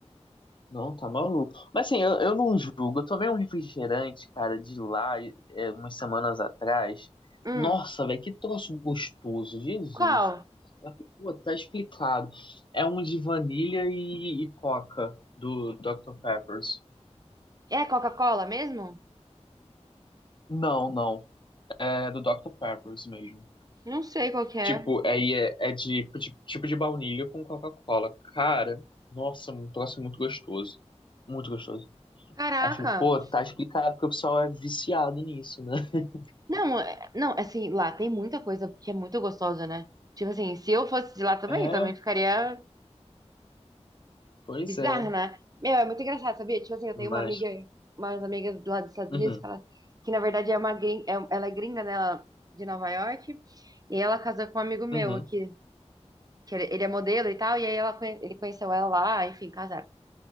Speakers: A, on the left; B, on the right.
A: Não, tá maluco. Mas assim, eu, eu não julgo. Eu tomei um refrigerante, cara, de lá, é, umas semanas atrás.
B: Hum.
A: Nossa, velho, que troço gostoso, Jesus.
B: Qual?
A: Eu falei, Pô, tá explicado. É um de vanilha e, e coca do Dr. Peppers.
B: É Coca-Cola mesmo?
A: Não, não. É do Dr. Peppers mesmo.
B: Não sei qual que é.
A: Tipo, aí é, é de, de- tipo de baunilha com Coca-Cola. Cara, nossa, um troço muito gostoso. Muito gostoso.
B: Caraca.
A: Aí eu falei, pô, tá explicado porque o pessoal é viciado nisso, né? <laughs>
B: Não, é- não, assim, lá tem muita coisa que é muito gostosa, né? Tipo assim, se eu fosse de lá também,
A: É,
B: eu também ficaria
A: pois
B: bizarro,
A: é.
B: né? Meu, é muito engraçado, sabia? Tipo assim, eu tenho uma
A: Mas.
B: amiga, umas amigas lá dos Estados
A: Uhum,
B: Unidos, que, ela, que na verdade é uma gringa, ela é gringa, né? Ela, é de Nova York, e ela casou com um amigo meu
A: uhum,
B: aqui, que ele ele é modelo e tal, e aí ela, conhe- ele conheceu ela lá, enfim, casaram.